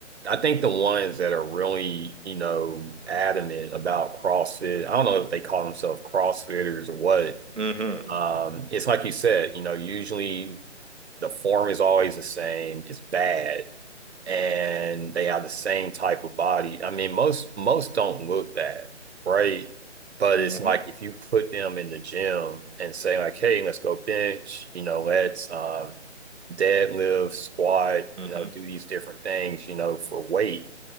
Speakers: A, on the right; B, on the right.
A: I think the ones that are really, you know, adamant about CrossFit, I don't know if they call themselves CrossFitters or what.
B: hmm
A: Um, it's like you said, you know, usually the form is always the same. It's bad and they are the same type of body. I mean, most most don't look that, right? But
B: hmm
A: it's like if you put them in the gym and say like, hey, let's go bench, you know, let's um deadlift, squat,
B: hmm
A: you know, do these different things, you know, for weight,